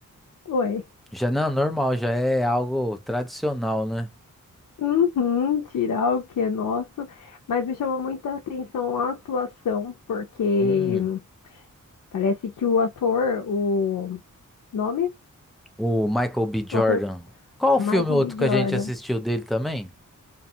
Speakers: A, on the left; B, in the centre.
A: ué,
B: Já não, normal, já é algo tradicional, né?
A: Uhum, tirar o que é nosso, mas me chamou muita atenção a atuação, porque
B: Hum.
A: parece que o ator, o nome?
B: O Michael B. Jordan.
A: O ator
B: Qual
A: Michael
B: filme outro
A: B. Jordan.
B: que a gente assistiu dele também?